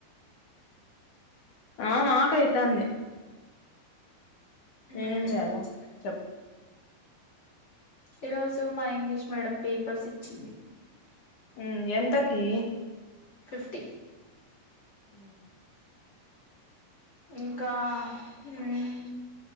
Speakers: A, on the left (about 50°); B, on the left (about 30°).
A: ఆ నాకైతాంది నేనేం
B: మ్మ్
A: చేయాల చెప్పు చెప్
B: ఈ రోజు మా ఇంగ్లీష్ మీడియం పేపర్స్ ఇచ్చింది.
A: హ్మ్ ఎంతకి.
B: ఫిఫ్టీ
A: హుమ్
B: ఇంకా హుమ్